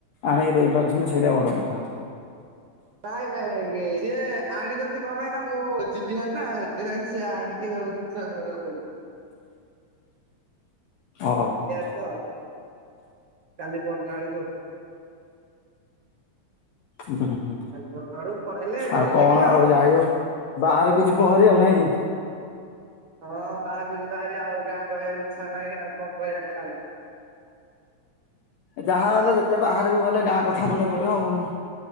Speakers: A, on the left (about 80°); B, on the right (about 70°).
A: ଆଣିକି ଦେଇ ପାରୁଛନ୍ତି ସେଇଟା ବଡ କଥା।
B: ନାଇଁ ନାଇଁ ଇଏ ସିଏ ଆଣିଚନ୍ତି କଣ ପାଇଁ ନା ମୁଁ ଯିବି ହାରି ନା ସେଥିପାଇଁ ସିଏ ଆଣିକି ସବୁଦିନ <unintelligible>
A: ଅ ହ।
B: ହାରି ତ କାଲି ପଅରଦିନ ଆଡକୁ।
A: ହୁଁ ହୁଁ
B: କାଲି ପରଦିନ ଆଡକୁ ପଳେଇଲେ
A: ଆଉ କଣ
B: ଦେଖିବା
A: ଆଉ ଯାଇ ହୋଉ ବାହାରକୁ ଯିବହା ରି ଆଉ ନାଇଁ କି।
B: ହଁ ବାହାରୁକୁ ଯିବାହାରି ଆଉ ଗାଁ ରହିବାକୁ ଇଚ୍ଛା ନାହିଁ ଆଉ କଣ କରିବା ଗାଁରେ।
A: ଯାହା ହେଲେ ଯେତେ ବାହାରକୁ ଗଲେ ଗାଁ କଥା ମନେ ପଡିବ ଆଉ।